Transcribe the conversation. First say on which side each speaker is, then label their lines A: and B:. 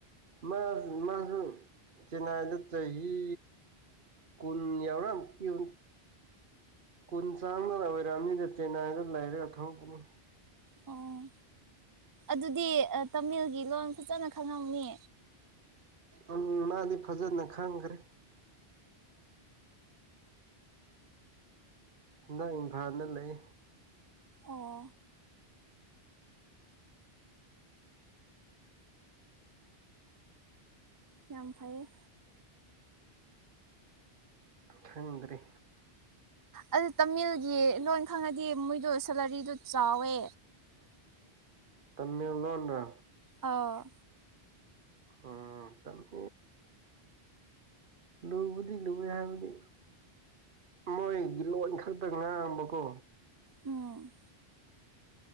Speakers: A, on the right; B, on the right.
A: ꯃꯥ ꯃꯥꯁꯨ ꯆꯦꯟꯅꯥꯏꯗ ꯆꯍꯤ ꯀꯨꯟ ꯌꯥꯎꯔ ꯀ ꯀꯨꯟ ꯆꯥꯡꯗꯅ ꯑꯣꯏꯔꯅꯤꯗ ꯆꯦꯟꯅꯥꯏꯗ ꯂꯩꯔꯒ ꯊꯣꯛꯄꯅꯤ
B: ꯑꯣ ꯑꯗꯨꯗꯤ ꯇꯥꯃꯤꯜꯒꯤ ꯂꯣꯟ ꯐꯖꯅ ꯈꯪꯉꯧꯅꯤ
A: ꯑꯗꯨꯅꯥꯗꯤ ꯐꯖꯅ ꯈꯥꯡꯈ꯭ꯔꯦ ꯍꯟꯗꯛ ꯏꯝꯐꯥꯜꯗ ꯂꯩ
B: ꯑꯣ ꯌꯥꯝ ꯐꯩꯌꯦ
A: ꯊꯪꯗ꯭ꯔꯤ
B: ꯑꯗꯨ ꯇꯥꯃꯤꯜꯒꯤ ꯅꯣꯏꯅ ꯈꯪꯉꯗꯤ ꯃꯣꯏꯗꯣ ꯁꯦꯂꯔꯤꯗꯣ ꯆꯥꯎꯋꯦ
A: ꯇꯃꯤꯜ ꯂꯣꯟꯔ
B: ꯑꯧ
A: ꯎꯝ ꯇꯃꯦ ꯂꯨꯕꯨꯗꯤ ꯂꯨꯏꯌꯦ ꯍꯥꯏꯕꯗꯤ ꯃꯣꯏꯒꯤ ꯂꯣꯟ ꯈꯛꯇ ꯉꯥꯡꯕꯀꯣ
B: ꯎꯝ